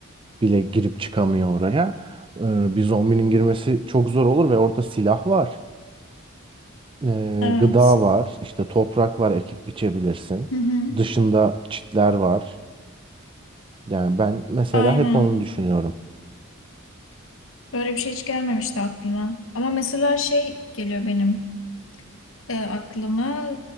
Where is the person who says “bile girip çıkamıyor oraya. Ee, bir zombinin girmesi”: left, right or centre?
Right